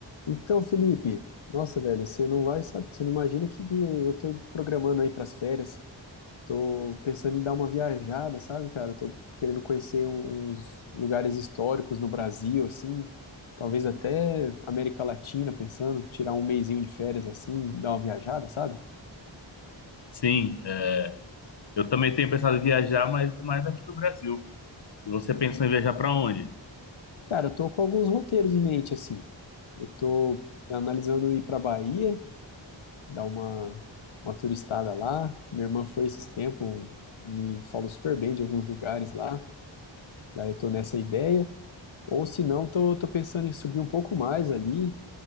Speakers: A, on the left (about 90°); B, on the left (about 60°).
A: Então, Felipe, nossa, velho, você não vai, sabe, você não imagina que, que eu tô programando aí pras férias. Tô pensando em dar uma viajada, sabe, cara? Tô querendo conhecer um- uns lugares históricos no Brasil, assim, talvez até América Latina, pensando, tirar um mesinho de férias assim, dar uma viajada, sabe?
B: Sim, é. eu também tenho pensado em viajar, mas mais aqui no Brasil. E você pensou em viajar para onde?
A: Cara, eu tô com alguns roteiros em mente, assim. Eu tô analisando ir pra Bahia dar uma, uma turistada lá. Minha irmã foi esses tempos, me falou super bem de alguns lugares lá. Daí eu tô nessa ideia. Ou se não, tô, tô pensando em subir um pouco mais ali